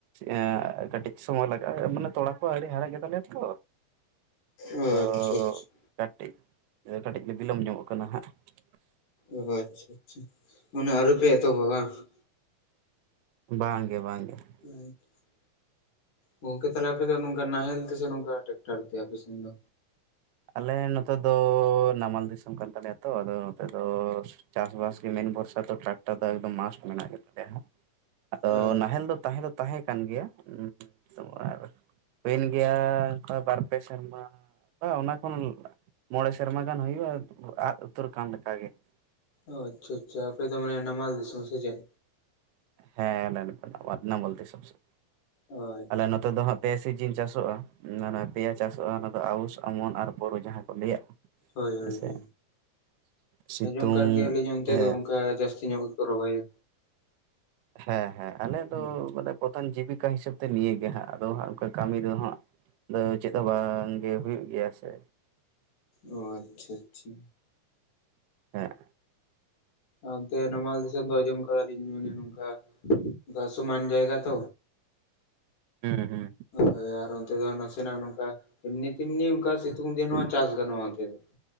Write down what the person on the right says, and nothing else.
ᱮ ᱠᱟᱹᱴᱤᱡ ᱥᱚᱢᱚᱭ ᱞᱟᱜᱟᱜ-ᱟ ᱢᱟᱱᱮ ᱛᱚᱲᱟ ᱠᱚ ᱟᱹᱣᱨᱤ ᱦᱟᱨᱟ ᱜᱮ ᱛᱟᱞᱮᱭᱟ ᱛᱚ
ᱟᱫᱚ
ᱠᱟᱹᱴᱤᱡ, ᱠᱟᱹᱴᱤᱡ ᱵᱤᱞᱚᱢ ᱧᱚᱜᱚᱜ ᱠᱟᱱᱟ ᱦᱟᱸᱜ ᱾
ᱵᱟᱝ ᱜᱮ ᱵᱟᱝ ᱜᱮ ᱾
ᱟᱞᱮ ᱱᱚᱛᱮ ᱫᱚ ᱱᱟᱢᱟᱞ ᱫᱤᱥᱚᱢ ᱠᱟᱱ ᱛᱟᱞᱮᱭᱟ ᱛᱚ ᱟᱫᱚ ᱱᱚᱛᱮ ᱫᱚ ᱪᱟᱥ ᱵᱟᱥ ᱜᱮ ᱢᱮᱱ ᱵᱷᱚᱨᱥᱟ ᱫᱚ ᱴᱨᱟᱠᱴᱟᱨ ᱫᱚ ᱮᱠᱫᱚᱢ ᱢᱟᱥᱴ ᱢᱮᱱᱟᱜ ᱜᱮ ᱛᱟᱞᱮᱭᱟ ᱦᱟᱸᱜ ᱟᱫᱚ
ᱱᱟᱦᱮᱞ ᱫᱚ ᱛᱟᱦᱮᱸ ᱫᱚ ᱛᱟᱦᱮᱸ ᱠᱟᱱ ᱜᱮᱭᱟ ᱩᱸ ᱥᱚᱢᱟᱨ ᱦᱳᱭᱮᱱ ᱜᱮᱭᱟ ᱚᱱᱠᱟ ᱵᱟᱨ ᱯᱮ ᱥᱮᱨᱢᱟ ᱵᱟ ᱚᱱᱟ ᱠᱷᱚᱱ ᱢᱚᱬᱮ ᱥᱮᱨᱢᱟ ᱜᱟᱱ ᱦᱩᱭᱩᱜ-ᱟ, ᱟᱫ ᱩᱛᱟᱹᱨ ᱠᱟᱱ ᱞᱮᱠᱟᱜᱮ ᱾
ᱦᱮᱸ <unintelligible> ᱱᱟᱢᱟᱞ ᱫᱤᱥᱚᱢ ᱥᱮᱫ,
ᱟᱞᱮ ᱱᱚ ᱱᱤᱛᱚᱜ ᱫᱚ ᱦᱟᱸᱜ ᱯᱮ ᱥᱤᱡᱤᱱ ᱪᱟᱥᱚᱜ-ᱟ, ᱚᱱᱟ ᱯᱮᱭᱟ ᱪᱟᱥᱚᱜ-ᱟ ᱚᱱᱟ ᱫᱚ ᱟᱣᱩᱥ, ᱚᱢᱚᱱ ᱟᱨ ᱵᱳᱨᱳ ᱡᱟᱦᱟᱸ ᱠᱚ ᱞᱟᱹᱭᱟ᱾
ᱦᱮᱸᱥᱮ
ᱥᱤᱛᱩᱝ
ᱮ
ᱦᱮᱸ ᱦᱮᱸ ᱟᱞᱮ
ᱫᱚ ᱢᱟᱱᱮ ᱯᱚᱫᱷᱟᱱ ᱡᱤᱵᱤᱠᱟ ᱦᱤᱥᱟᱹᱵᱽ ᱛᱮ ᱱᱤᱭᱟᱹ ᱜᱮ ᱦᱟᱸᱜ, ᱟᱫᱚ ᱦᱟᱸᱜ ᱚᱱᱠᱟ ᱠᱟᱹᱢᱤ ᱫᱚ ᱦᱟᱸᱜ ᱟᱫᱚ ᱪᱮᱫ ᱦᱚᱸ ᱵᱟᱝ ᱜᱮ ᱦᱩᱭᱩᱜ ᱜᱮᱭᱟ ᱥᱮ᱾
ᱦᱮᱸ᱾
ᱦᱩᱸ ᱦᱩᱸ᱾